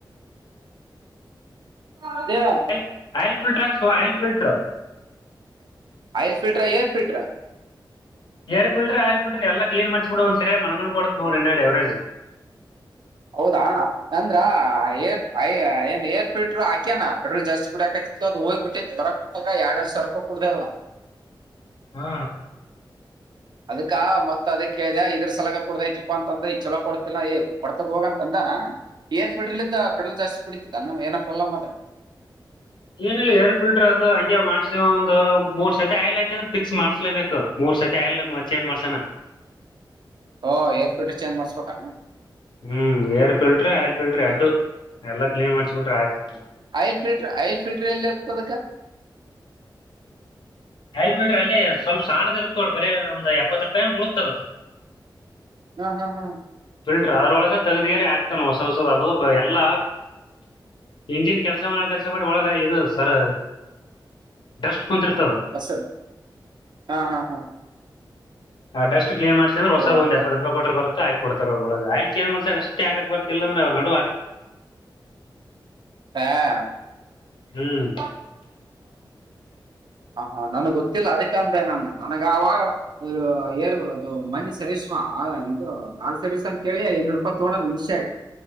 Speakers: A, on the right; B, on the left.
A: ಹ ಬೇ <inaudible>
B: ಅಯ್ಲ್ ಆಯಲ್ ಫಿಲ್ಟರ್ ಆಕ್ಸೋ oil filter
A: ice filter air filter.
B: Air filter oil filter ಎಲ್ಲ ಕ್ಲೀನ್ ಮಾಡಿಸಬಿಡ್ ಒಂದ ಸರಿ ಮಣಂಗ್ ಕೊಡ ನೋಡ ಹಿಂದಗಡೆ ಎವರೆಜ್.
A: ಹೌದಾ ತಂದ್ರಾ. ಅಯ್ಯ ಏನ್ ಏರ ಫಿಲ್ಟರ್ ಹಾಕ್ಯನಾ ಪೆಟ್ರೋಲ್ ಜಾಸ್ತಿ ಕುಡಕತಿತ್ತು ಅದು ಹೋಗ್ಬ ಬಿಟ್ಟಿತ ಬರಕಟ್ಟತಾಗ ಎರಡ್ ಸಾವಿರ ರಕ ಕುಡ್ದೆದ.
B: ಹಾ.
A: ಅದಕ್ಕಾ ಮತ್ ಅದಕ್ಕೆ ಕೇಳ್ದ ಇದ್ರ ಸಲಗ ಕುಡ್ದೈತಿಪ್ಪ ಅಂತ ಅಂದ ಈಗ ಚಲೋ ಕೊಡ್ತಿಲ್ಲ ಏ ಕೋಡ್ತದ ಹೋಗ ಅಂತ ಅಂದಾನ. ಏರ ಫಿಲ್ಟರನಿಂದ ಪೆಟ್ರೋಲ ಜಾಸ್ತಿ ಕುಡಿತದ ಏನ ಏನ ಪ್ರಾಂಬ್ಲಮ ಆದ್ರ.
B: ಏನಿಲ್ಲ ಏರ್ ಫಿಲ್ಟರ್ ಅದು ಹಂಗೆ ಮಾಡ್ಸ ಒಂದು ಮೂರ್ ಸತಿ ಆಯ್ಲ ಆಯತ ಅಂದ್ರೆ ಪಿಕ್ಸ್ ಮಾಡಸ್ಲೆಬೇಕು. ಮೂರ್ ಸತಿ ಆಅಲ್ ಮತ್ ಚೇಂಜ್ ಮಾಡ್ಸೋಣ.
A: ಹ ಏರ್ ಫೀಲ್ಟರ್ ಚೇಂಜ್ ಮಾಡ್ಸ್ಬೇಕೆನ.
B: ಹ್ಮ್ ಏರ್ ಪಿಲ್ಟ್ರ ಆಲ್ಫ ಫಿಲ್ಟ್ರಿ ಅಡ್ಡು ಎಲ್ಲ ಕ್ಲೀನ್ ಮಾಡ್ಸಿ ಬಿಟ್ರ ಆಯ್ತ.
A: ಆಯಲ್ ಫಿಲ್ಟರ್ ಆಐಲ್ ಫಿಲ್ಟರ್ ಎಲ್ಲಿ ಇರ್ತದ ಅದಕ್ಕ.
B: ಅಯಿಲ್ ಫೀಲ್ಟರ್ ಅಲ್ಲಿ ಸ್ವಲ್ಪ ಸಣ್ಣದ ಇರತ್ತ ನೋಡ ಬರೀ ಒಂದ ಎಪ್ಪತ್ ರೂಪಾಯಿ ಉಳುತದಕ್.
A: ಹಾ ಹಾ ಹಾ.
B: ಫಿಲ್ಟರ್ ಅದ್ರೊಳಗೆ ತೆಗ್ದಗರಿ ಹಾಕ್ತಾನ ಹೊಸ ಹೊಸದ್ ಅದು ಎಲ್ಲ. ಇಂಜಿನ್ ಕೆಲಸ ಮಾಡ ಕೆಲ್ಸ ಮಾಡಿ ಒಳಗ ಇ ಸರ್ ಡಸ್ಟ್ ಕುಂತಿರ್ತದ.
A: ಹಸರು ಹಾ ಹಾ ಹಾ.
B: ಆ ಡಸ್ಟ್ ಕ್ಲಿನ್ ಮಾಡ್ಸ್ರ ಹೊಸದ
A: ಓ ಹಂಗಾದ
B: ಎಪ್ಪತ್ತು ರೂಪಾಯ ಕೊಟ್ರ ಬರುತ ಆಯಿಲ್. ಕೊಡ್ತಾರ ಅವ್ರ ಒಳಗಯ ಆಯಿಲ್ ಚೆಂಜ್ ಬಡಸಕ್ಕೆ ಆಷ್ಟ ಆಕಕ್ ಬರ್ತಿಲ್ಲ ಅ್ರ ಅವ ನಡ.
A: ಹಾ.
B: ಹ್ಮ್.
A: ಹಾ ಹ ಹಾ ನನ್ಗ್ ಗೊತ್ತಿಲ್ಲ ಅದಕ್ಕ ಅಂದೆ ನಾನು ನನಗಾವಾಗ. ಅರು ಯಏರ್ ಅದು ಮನೆ ಸರಿಸ್ವಾ ಇದು ಆರು ಸರ್ವಿಸ ಅಂತ ಕೇಳಿ ಇನ್ನೂ ರೂಪಾಯಿ ತಗೊಂಡಣ ಮುಷ್ಯ.